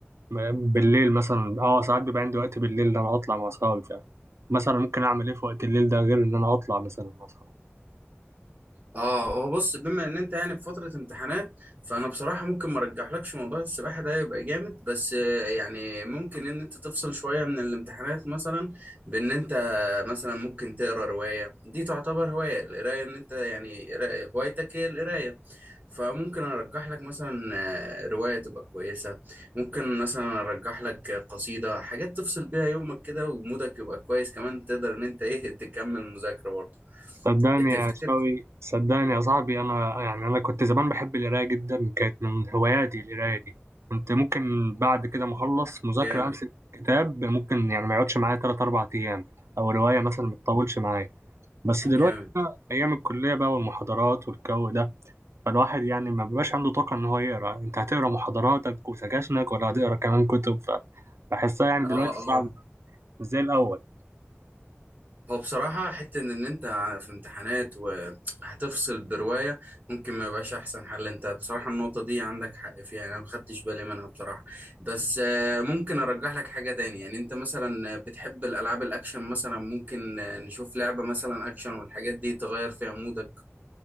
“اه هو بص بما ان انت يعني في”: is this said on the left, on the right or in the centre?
Right